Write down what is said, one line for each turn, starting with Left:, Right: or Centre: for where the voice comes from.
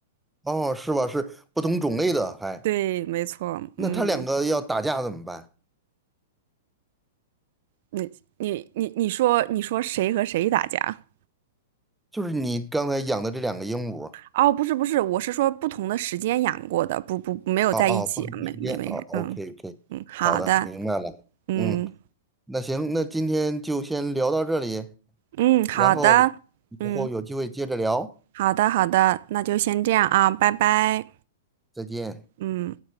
Centre: 哦，是吧？是不同种类的，还
Right: 对，没错，
Centre: 那它两个要打架怎么办？
Right: 嗯，你你你你说你说谁和谁打架？
Centre: 就是你刚才养的这两个鹦鹉，
Right: 哦，不是不是，我是说不同的时间养过的，不不没有在一起，
Centre: 哦哦，不同时间，
Right: 没没没事，
Centre: 哦，OK
Right: 嗯
Centre: OK，
Right: 嗯，好的，
Centre: 好的，明白了。
Right: 嗯
Centre: 嗯，那行，那今天就先聊到这里，
Right: 嗯好的，
Centre: 然后以后有机会接着聊。
Right: 嗯好的好的，那就先这样啊，拜拜，
Centre: 再见。
Right: 嗯。